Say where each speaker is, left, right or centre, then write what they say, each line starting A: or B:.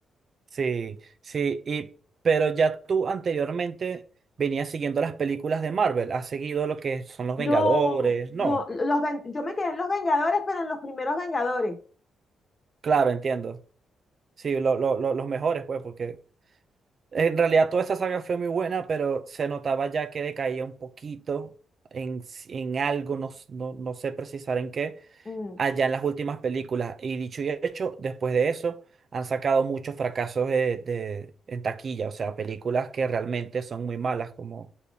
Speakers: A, on the right (about 50°); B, on the left (about 35°).
A: Sí, sí, y, pero ya tú anteriormente venías siguiendo las películas de Marvel, has seguido lo que son los
B: No,
A: Vengadores,
B: no,
A: no,
B: los, ven- yo me quedé en los Vengadores, pero en los primeros Vengadores.
A: claro, entiendo. Sí, lo- lo- lo- los mejores, pues, porque... En realidad toda esa saga fue muy buena, pero se notaba ya que decaía un poquito en, s- en algo, no, s- no, no sé precisar en qué,
B: Mm,
A: allá en las últimas películas. Y dicho y hecho, después de eso han sacado muchos fracasos de, de- en taquilla, o sea, películas que realmente son muy malas, como